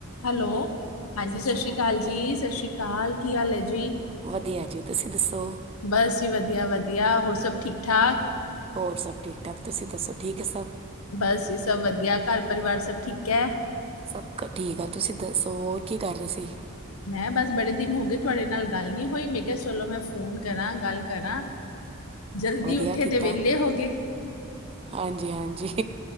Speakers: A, on the left; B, on the right.
A: Hello, ਹਾਂਜੀ ਸਤ ਸ਼੍ਰੀ ਕਾਲ ਜੀ, ਸਤ ਸ਼੍ਰੀ ਕਾਲ। ਕੀ ਹਾਲ ਹੈ ਜ ਜੀ,
B: ਵਧੀਆ ਜੀ ਤੁਸੀਂ ਦੱਸੋ
A: ਬਸ ਜੀ ਵਧੀਆ ਵਧੀਆ। ਹੋਰ, ਸਭ ਠੀਕ-ਠਾਕ?
B: ਹੋਰ, ਸਭ ਠੀਕ? ਠਾਕ ਤੁਸੀਂ ਦੱਸੋ ਠੀਕ ਹੈ ਸਭ
A: ਬਸ ਈ ਸਭ ਵਧੀਆ। ਘਰ ਪਰਿਵਾਰ ਸਭ ਠੀਕ ਹੈ?
B: ਸਭ ਕ ਠੀਕ ਆ। ਤੁਸੀਂ ਦੱਸੋ, ਹੋਰ ਕੀ ਕਰ ਰੇ ਸੀ?
A: ਮੈਂ ਬਸ ਬੜੇ ਦਿਨ ਹੋ ਗਏ ਤੁਹਾਡੇ ਨਾਲ ਗੱਲ ਨੀ ਹੋਈ ਮੈਂ ਕਿਆ ਚਲੋ ਮੈਂ ਫੋਨ ਕਰਾਂ ਗੱਲ ਕਰਾਂ। ਜਲਦੀ
B: ਵਧੀਆ
A: ਉੱਠੇ
B: ਕੀਤਾ
A: ਤੇ ਵੇਲੇ ਹੋ ਗੇ।
B: ਹਾਂਜੀ ਹਾਂਜੀ